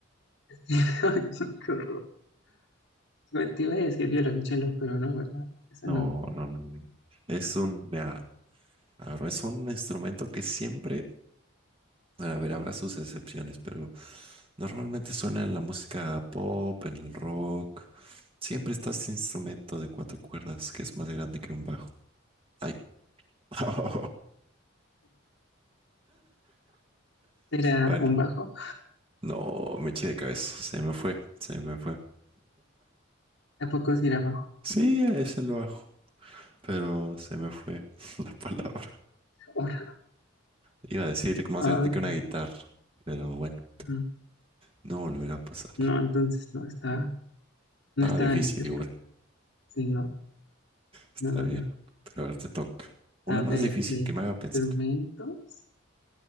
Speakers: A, on the left; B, on the right.
A: <laughs> Ay, no, qué horror. Yo te iba a decir violonchelo, pero no, ¿verdad? Eso
B: No,
A: no es.
B: no, no. no. Es un, mira, a ver, es un instrumento que siempre, a ver, habrá sus excepciones, pero normalmente suena en la música pop, en el rock. Siempre está este instrumento de cuatro cuerdas que es más grande que un bajo. Hay <laughs>
A: ¿Será
B: Bueno,
A: un bajo?
B: no me eché de cabeza, se me fue, se me fue.
A: Tampoco será bajo.
B: Sí, a ese lo hago, pero se me fue <laughs> la palabra.
A: <laughs>
B: Iba a decir más
A: Ay,
B: grande que una guitarra, pero bueno,
A: no,
B: no volverá a pasar.
A: No, entonces no estaba, no
B: Ah,
A: estaba
B: difícil
A: ni cerca.
B: igual,
A: Sí, no,
B: está
A: no, no,
B: bien,
A: no.
B: pero a ver, te toca. Una
A: A
B: más
A: ver,
B: difícil
A: de instrumentos.
B: que me haga pensar.